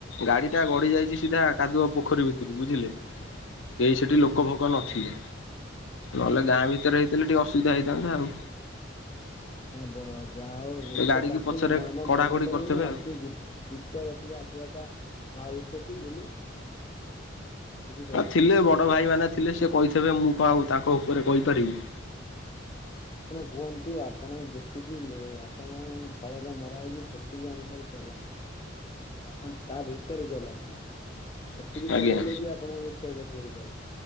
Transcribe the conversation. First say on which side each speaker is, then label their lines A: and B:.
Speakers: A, on the left; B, on the left.
A: ଗାଡି ଟା ଗଡିି ଯାଇଚି ସିଧା କାଦୁଅ ପୋଖରୀ ଭିତରୁ ବୁଝିଲେ? କେହି ସେଠି ଲୋକ ଫୋକ ନଥିଲେ ନହେଲେ ଗାଁ ଭିତରେ ହେଇଥିଲେ ଟିକେ ଅସୁବିଧା ହେଇଥାନ୍ତା ଆଉ।
B: ନା ବ ଯା ହଉ
A: ଏ
B: ଏତେ
A: ଗାଡିିକି
B: ତାଙ୍କୁ
A: ପଛରେ
B: ଆମ
A: କଢାକଢି
B: ମନା କଲେଣି
A: କରିଥିବେ
B: ଅତି
A: ଆଉ।
B: ଦୁତ୍ ଦ୍ରୁତ ଗତିରେ ଆସିବା ଟା ମହାବିପତି ବୋଲି। ବୁଝିପାରିଲେ।
A: ଆ ଥିଲେ ବଡ ଭାଇମାନେେ ଥିଲେ ସେ କହିଥିବେ ମୁଁ କଣ ଆଉ ତାଙ୍କ ଉପରେ କହିପାରିବି।
B: ଆପଣ କୁହନ୍ତୁ ଆପଣ ଯେତିକି ଲେ ଆପଣ ଫଳକ ମରା ହେଇଚି ସେତିକି ଅନୁସାରେ ଚଲାନ୍ ଆପଣ ତା ଭିତରେ ଚଲାନ୍ତୁ। ସେତିକି
A: ଆଜ୍ଞା
B: ଚଲେଇଲେ ବି ଆପଣଙ୍କ କ୍ଷୟକ୍ଷତି ହେଇପାରେ।